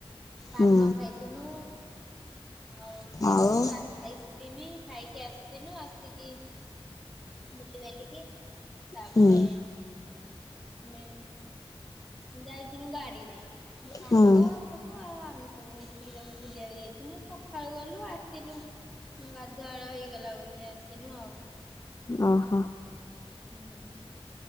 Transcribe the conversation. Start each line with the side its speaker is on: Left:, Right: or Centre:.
Centre: ପାନ
Left: ହୁଁ
Centre: ଖାଇଥିନୁ। ହଉ ଖାଇ
Left: ଆଉ
Centre: ପିକି ଆଇ ଆଇସ୍କ୍ରିମ ଖାଇକି ଆସିଥନୁ ଆସିକି। ମୁଲି ବାଲିକି? ତାପରେ
Left: ହୁଁ
Centre: ଆମେ ଯାଇଥିଲିନୁ ଗାଡିରେ ମୋ ସାଙ୍ଗ
Left: ହୁଁ
Centre: ସବୁ ଆଉ ଆମେ ସବୁ ମିଶିକି ସବୁ ବୁଲିବାକୁ ଯାଇଥିଲୁ ସକାଳୁ ଗଲୁ ଆସିଲୁ। ହଁ ଗାଧୁଆଳ ହେଇଗଲା ବୋଧେ ଆସିନୁ ଆଉ।
Left: ଓହୋ
Centre: ହୁଁ